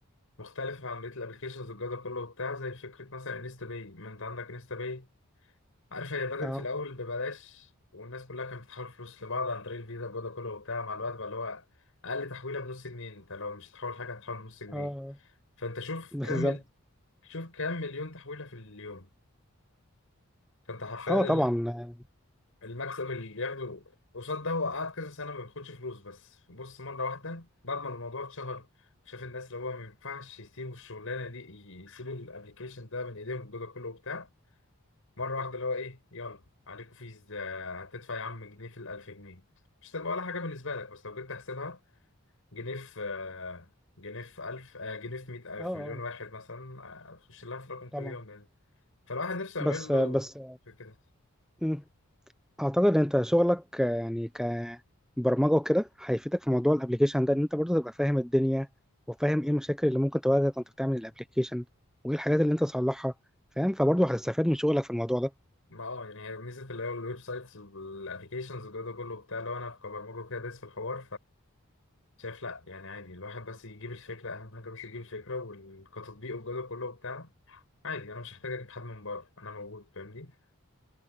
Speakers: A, on the left; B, in the centre.
A: مختلف عن بقية الأبلكيشنز والجودة كله وبتاع زي فكرة مثلا انستا باي ما أنت عندك انستا باي عارف هي بدأت
B: اه
A: في الأول ببلاش والناس كلها كانت بتحول فلوس لبعض عن طريق الفيزا وجوده كله وبتاع مع الوقت بقى اللي هو أقل تحويلة بنص جنيه أنت لو مش هتحول حاجة هتحول بنص جنيه
B: اه
A: فأنت شوف
B: بالظبط
A: كم ال- شوف كم مليون تحويلة في اليوم فأنت حرفيا
B: اه
A: ال-
B: طبعا
A: المكسب اللي بياخده قصاد ده هو قعد كذا سنة ما بياخدش فلوس بس بص مرة واحدة بعد ما الموضوع اتشهر شاف الناس اللي هو ما ينفعش يسيبوا الشغلانة دي يسيبوا الابلكيشن ده من ايديهم الجوده كله وبتاع مرة واحدة اللي هو إيه يلا عليكم فيز آه، هتدفع يا عم جنيه في الألف جنيه مش هتبقى ولا حاجة بالنسبة لك بس لو جيت تحسبها جنيه في آه، جنيه في ألف آه، جنيه في مية آه،
B: اه
A: في
B: اه
A: مليون واحد مثلا آه، هتخش لها في رقم
B: طبعا
A: كل يوم يعني فالواحد نفسه
B: بس
A: يعمل له
B: بس
A: كده
B: مم. اعتقد انت شغلك آه، يعني كبرمجه وكده هيفيدك في موضوع الابليكيشن ده ان انت برضه تبقى فاهم الدنيا وفاهم ايه المشاكل اللي ممكن تواجهك وانت بتعمل الابليكيشن وايه الحاجات اللي انت تصلحها فاهم فبرضه هتستفاد من شغلك في الموضوع ده
A: ما اه يعني هي ميزة اللي هو الويب سايتس والابلكيشنز والجو ده كله وبتاع لو انا كبرمجة كده دايس في الحوار فشايف لا يعني عادي الواحد بس يجيب الفكرة أهم حاجة بس يجيب الفكرة والكتطبيق والجو ده كله وبتاع عادي أنا مش محتاج أجيب حد من بره أنا موجود فاهمني